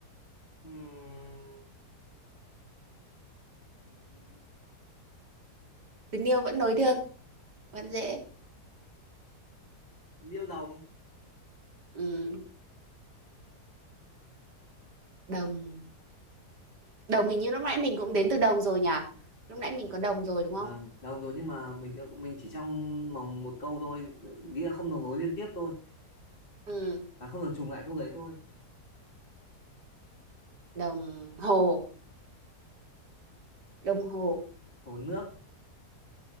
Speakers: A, on the left (about 30°); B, on the right (about 90°).
A: ừm,
B: từ niêu vẫn nối được vẫn dễ
A: niêu đồng
B: ừ. đồng đồng hình như lúc nãy mình cũng đến từ đồng rồi nhỉ lúc nãy mình có đồng rồi đúng không
A: vâng đồng rồi nhưng mà mình mình chỉ trong vòng một câu thôi nghĩa là không được nối liên tiếp thôi
B: ừ.
A: và không được trùng lại câu đấy thôi
B: đồng hồ đồng hồ
A: hồ nước